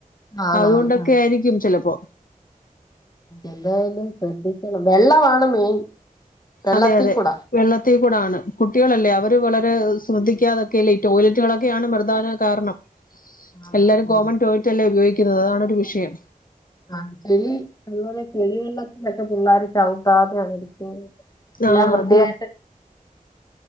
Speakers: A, on the left (about 25°); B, on the left (about 70°).
A: ആണാണ്
B: അതുകൊണ്ടൊക്കെയായിരിക്കും
A: ആ
B: ചെലപ്പോ
A: എന്തായാലും ശ്രദ്ധിക്കണം വെള്ളവാണ് മെയിൻ വെള്ളത്തിൽ
B: അതെ അതെ
A: കൂടെ
B: വെള്ളത്തി കൂടാണ് കുട്ടികളല്ലേ അവര് വളരെ ശ്രദ്ധിക്കാതൊക്കെല്ലേ ഈ ടോയ്ലറ്റുകളൊക്കെയാണ് പ്രധാന കാരണം
A: ആണാണ്
B: എല്ലാരും
A: ഉം
B: കോമൺ ടോയ്ലറ്റല്ലേ ഉപയോഗിക്കുന്നത് അതാണൊരു വിഷയം
A: ആ ചെിളി അതുപോലെ ചെളി വെള്ളത്തിലൊക്കെ പിള്ളേര് ചവിട്ടാതെ എടുക്ക എല്ലാം
B: ആഹ്
A: വൃത്തിയായിട്ട്
B: അത്